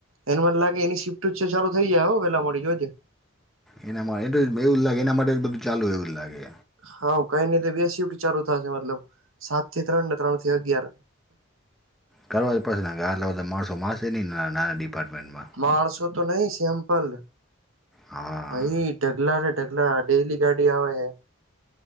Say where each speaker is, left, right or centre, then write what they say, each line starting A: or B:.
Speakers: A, on the right (about 80°); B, in the centre.
A: એને મને લાગે એની શિફ્ટજ ચાલુ થઇ જાય હો વેલા મોળી જોજે
B: એનામાં <unintelligible> એવું જ લાગે એના માટે જ બધું ચાલુ એવું જ લાગે.
A: હાઉ કંઈ નઈ તો બે શિફ્ટ ચાલુ થાશે મતલબ સાત થી ત્રણ ને ત્રણ થી અગિયાર
B: કરવા જ પડશે નકર આટલા બધા માણસો માસે નઈ ના નાના ડિપાર્ટમેન્ટમાં
A: માણસો તો નઈ સેમ્પલ
B: હા
A: એઈ ઢગલા ને ઢગલા ડેલી ગાડી આવે હે